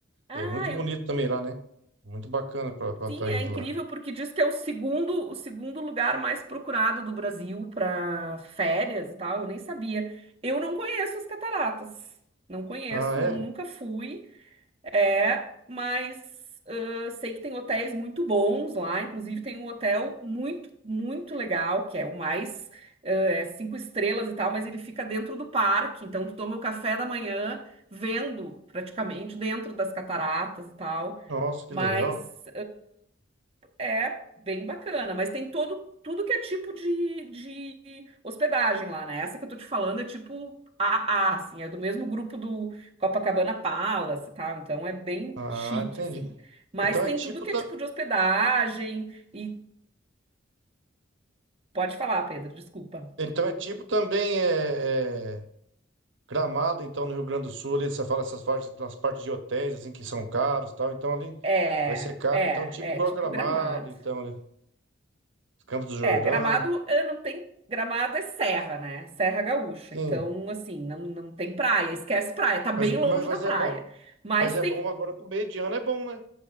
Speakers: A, on the right; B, on the right.
A: Ah,
B: é muito bonito
A: eu...
B: também lá, né? Muito bacana para
A: sim,
B: estar
A: é
B: indo
A: incrível
B: lá.
A: porque diz que é o segundo, o segundo lugar mais procurado do Brasil para férias e tal. Eu nem sabia. Eu não conheço as cataratas. Não conheço,
B: Ah, é?
A: não- nunca fui. É, mas ah, sei que tem hotéis muito bons lá. Inclusive tem um hotel muito, muito legal, que é o mais ah, é cinco estrelas e tal, mas ele fica dentro do parque. Então tu toma o café da manhã vendo praticamente dentro das cataratas e tal.
B: Nossa, que
A: Mas
B: legal.
A: É bem bacana, mas tem todo tudo que é tipo de, de hospedagem lá, né? Essa que eu tô te falando é tipo a a, assim, é do mesmo grupo do Copacabana Palace tá? então é bem
B: Ah,
A: chique,
B: entendi.
A: assim. Mas
B: Então
A: tem
B: é tipo,
A: tudo que
B: ta-
A: é tipo de hospedagem e pode falar, Pedro, desculpa.
B: então é tipo também é, é, Gramado, então no Rio Grande do Sul, ali você fala essas partes, das partes de hotéis assim que são caros, e tal. Então ali
A: É,
B: vai ser caro,
A: é,
B: então tipo igual
A: é tipo
B: Gramado,
A: Gramado.
B: então ali, Campos do Jordão.
A: É, Gramado, ah, não tem. Gramado é serra, né? Serra Gaúcha.
B: Sim.
A: Então, assim, não, não tem praia. Esquece praia. Tá bem
B: Mas,
A: longe
B: mas, mas
A: da praia.
B: é bom,
A: Mas
B: mas é
A: tem
B: bom agora pro meio de ano é bom, né?